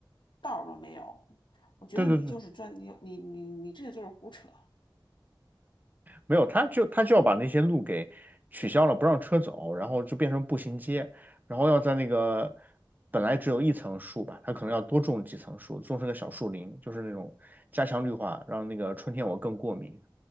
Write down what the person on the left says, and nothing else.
道儿都没有。我觉得你就是专你你你你这个就是胡扯。